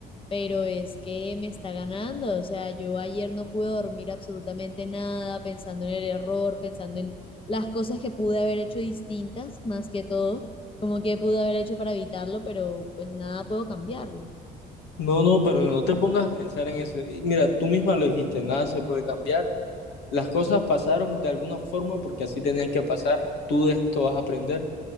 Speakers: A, on the left; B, on the left.
A: pero es que me está ganando. O sea, yo ayer no pude dormir absolutamente nada, pensando en el error, pensando en las cosas que pude haber hecho distintas, más que todo, como que pude haber hecho para evitarlo, pero pues nada puedo cambiarlo.
B: No, no, pero no te pongas a pensar en eso. Y Mira, tú misma lo dijiste, nada se puede cambiar. Las cosas pasaron de alguna forma porque así tenían que pasar. Tú de esto vas a aprender.